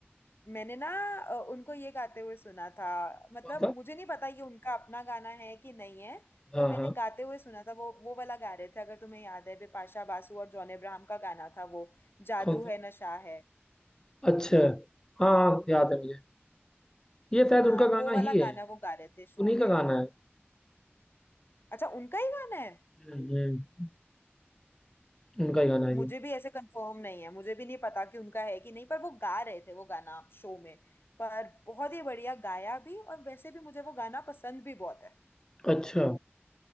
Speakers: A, on the left; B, on the left.
A: मैंने ना अ, उनको ये गाते हुए सुना था मतलब
B: कौन सा
A: मुझे नहीं पता ये उनका अपना गाना है कि नहीं है
B: हाँ
A: पर मैंने
B: हाँ
A: गाते हुए सुना था वो वो वाला गा रहे थे अगर तुम्हें याद है बिपाशा बासु और जॉन अब्राहम का गाना था वो जादू
B: कौन सा
A: है नशा है
B: अच्छा हाँ हाँ, याद है मुझे ये शायद
A: हाँ
B: उनका
A: वो
B: गाना
A: वाला
B: ही है
A: गाना वो गा रहे थे शो
B: उन्हीं
A: में
B: का गाना है
A: अच्छा उनका ही गाना है
B: हम्म हम्म उनका ही गाना है
A: मुझे
B: ये
A: भी ऐसे कंफर्म नहीं है मुझे भी नहीं पता कि उनका है कि नहीं पर वो गा रहे थे वो गाना शो में पर बहुत ही बढ़िया गाया भी और वैसे भी मुझे वो गाना पसंद भी बहुत है
B: अच्छा